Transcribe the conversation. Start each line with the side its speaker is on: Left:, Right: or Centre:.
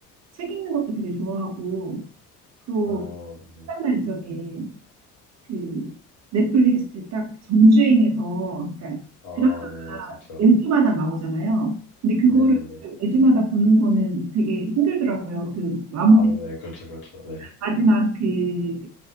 Right: 책 읽는 것도 되게 좋아하고 또
Left: 어, 네,
Right: 시간 날 적에 그 넷플릭스 딱 정주행해서 그러니까
Left: 아,
Right: 드라마가
Left: 네, 그렇죠.
Right: 매주마다 나오잖아요. 근데 그거를
Left: 네네네.
Right: 매주마다 보는 거는 되게 힘들더라고요. 그 마무리
Left: 아, 네, 그렇죠, 그렇죠. 네.
Right: 마지막 그